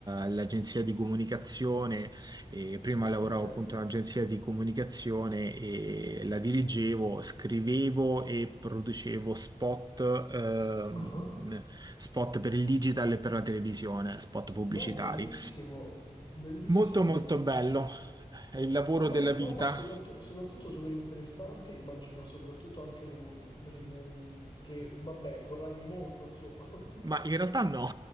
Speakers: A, on the right (about 30°); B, on the left (about 30°).
A: l'agenzia di comunicazione e prima lavoravo
B: ok.
A: appunto in un'agenzia di comunicazione e la dirigevo, scrivevo e producevo spot, ehm,
B: Ah.
A: spot per il digital e per la televisione, spot pubblicitari.
B: Beh, bellissimo, bellissimo.
A: Molto molto
B: Mm.
A: bello, è il lavoro
B: Ma ma-
A: della
B: no,
A: vita.
B: ma soprattutto, soprattutto super interessante, immagino soprattutto anche remun, remun- re- vabbè, guadagni molto, insomma. <laughs>
A: Ma in realtà no,